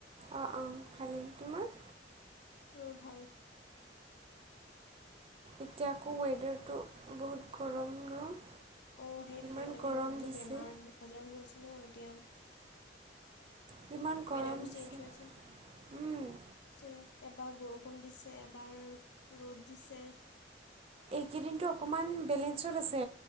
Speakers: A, on the right; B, on the left.
A: অ'-অ' ভালেই তোমাৰ।
B: অ' ভাল।
A: এতিয়া আকৌ ৱেডাৰটো বহুত গৰম ন'?
B: অ' সেইটোৱে
A: ইমান
B: মানে
A: গৰম
B: বহুতো
A: দিছে
B: বেমাৰ-আজাৰ হৈ আছে ন এতিয়া।
A: কিমান গৰম
B: ৱেডাৰটো
A: দিছে।
B: চেঞ্জ হৈ আছে
A: ওম
B: চেঞ্জ এবাৰ বৰষুণ দিছে এ- বাৰ ৰ'দ দিছে।
A: কেইদিনটো অকণমান বেলেঞ্চত আছে।